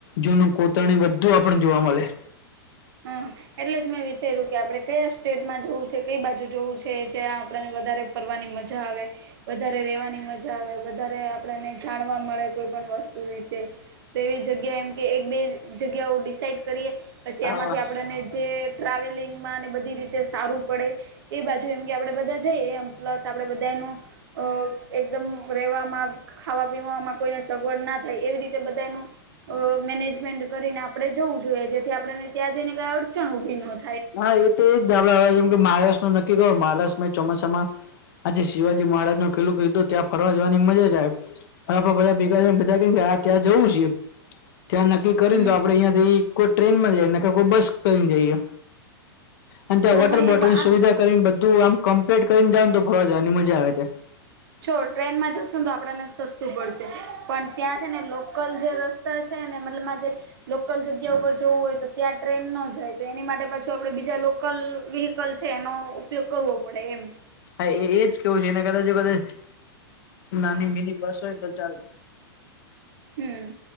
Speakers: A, on the left; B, on the right.
A: જૂનું ત્ર બધું આપણ જોવા મળે.
B: હા એટલે જ મેં વિચાર્યું કે આપણે કયા સ્ટેટમાં જવું છે કઈ બાજુ જોવું છે જ્યાં આપણને વધારે ફરવાની મજા આવે. વધારે ર રહેવાની મજા આવે. વધારે આપણને જાણવા મળે કોઈ પણણ વસ્તુ વિશે તો એવી જગ્યા એમ કે એક બે જગ્યાઓ ડિસાાઈડ કરીએ પછી
A: હા
B: આમાંથી આપણને જે ટ્રાવેલિંગ માં ને બધી રીતે સારું પડે એ બાજુ એમ કે આપડે બધા જઈએ એમ પ્લસ આપડે બધા. એકદમ રહવામાં ખાવા પીવામાં કોઈને સગવડ ના થાય એવી રીતે નું અ મેનેજમન્ટ કરીને આપડણે જવું જોઈએ જેથી આપણેને ત્યાં જઈને કઈ અડચણ ઉભી નતી
A: હા એ તો એજ આપડા જેમ કે મહારાષ્ટ્ર નું નક્કી કરો મહારાષ્ટ્રમાં ચોમાસામાં આજે શિવવાજી મહારાજ નું કલ્લું કીધું ત્યાં ફરવા જવાની મજા આવે પણ આપડે બધાં ભેગાને બધા <unintelligible> ત ત્યાં જવું છે.
B: <inaudible>
A: ત્યાં નક્કી કરીને
B: હમ
A: તો આપડે અહંથી કોઈ ટ્રેન માં જઈએ નકર કોઈ બસ કરી ને જઈએ અને ત્યાં
B: તો
A: વોટર
B: હું
A: બોટલ
B: એ
A: ની
B: આમ
A: સુવિધા કરીને બધું આમ કમ્પ્લીટ કરીને જાવ તો ફરવા જવાની મજા આવે ત.
B: છોડ ટ્રેનમાં જશું તો આપણને સસ્તું પડશે પણ ત્યાં છે ને લોકલ જે રસ્તા છે ને મતલબ મા લોકલ જગ્યા ઉપર જવું હોય તો ત્યાં ટ્રેન ન જાય તો એની માટે પાછુ આપડે બીજા લોકલ વિહીકલ છે એનો ઉપયોગ કરવો પડે એમ
A: હા એ એજ કેવું છે એને કદાચ કદચ નાની મીની બસ હોયને તો ચાલે
B: હમ